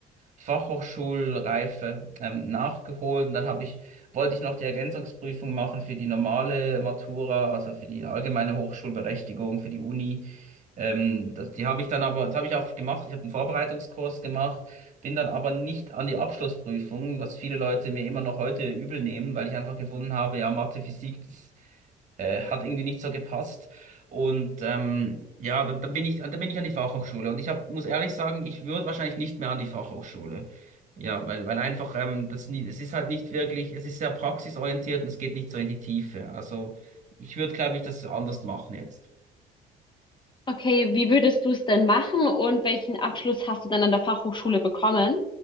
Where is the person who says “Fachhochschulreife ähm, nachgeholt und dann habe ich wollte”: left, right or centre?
Right